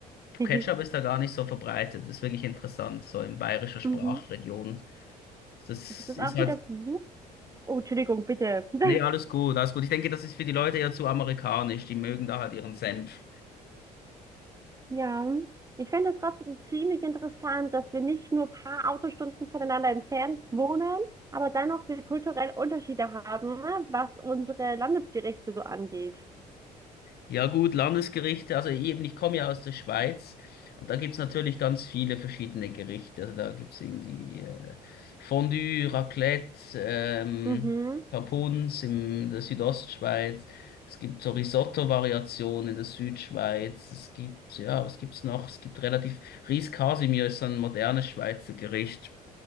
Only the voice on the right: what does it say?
<laughs>
Mhm.
Aber es ist
auch
wieder so. Oh, Entschuldigung, bitte. <laughs>
Ja, ich fände es trotzdem ziemlich interessant, dass wir nicht nur ein paar Autostunden voneinander entfernt wohnen, aber dennoch wir kulturell Unterschiede haben, ne, was unsere Landesgerichte so angeht.
Mhm.